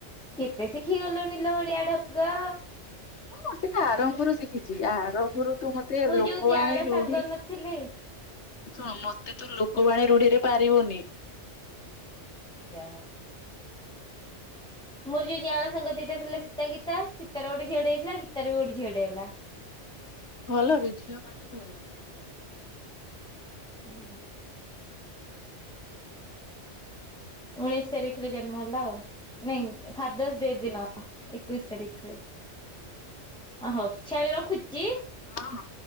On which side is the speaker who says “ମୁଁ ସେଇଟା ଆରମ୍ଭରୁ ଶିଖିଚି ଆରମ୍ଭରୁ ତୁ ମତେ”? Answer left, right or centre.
Left